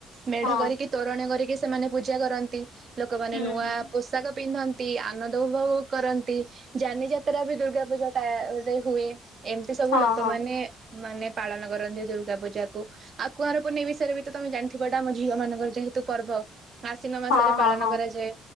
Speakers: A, on the right; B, on the left.
A: ମେଢ
B: ହଁ
A: କରିକି ତୋରଣ କରିକି ସେମାନେ ପୂଜା କରନ୍ତି। ଲୋକମାନେ
B: ହୁଁ
A: ନୂଆ
B: ହୁଁ
A: ପୋଷାକ ପିନ୍ଧ ନ୍ତି, ଆନନ୍ଦ ଉପଭୋଗ କରନ୍ତି, ଯାନି ଯାତ୍ରା ବି ଦୁର୍ଗା ପୂଜା ଟା ଗୋଟେ ହୁଏ। ଏମିତି ସବୁ
B: ହଁ
A: ଲୋକମାନେ
B: ହଁ
A: ମାନେ ପାଳନ କରନ୍ତି ଦୁର୍ଗା ପୂଜା କୁ। ଆଉ କୁଆଁର ପୁନେଇ ବିଷୟରେ ବି ତମେ ଜାଣ ଥିବ ଏଟା ଆମ ଝିଅ ମାନଙ୍କର ଯେହେତୁ ପର୍ବ ଆଶିନ ମାସରେ
B: ହଁ
A: ପାଳନ
B: ହଁ ହଁ
A: କରାଯାଏ।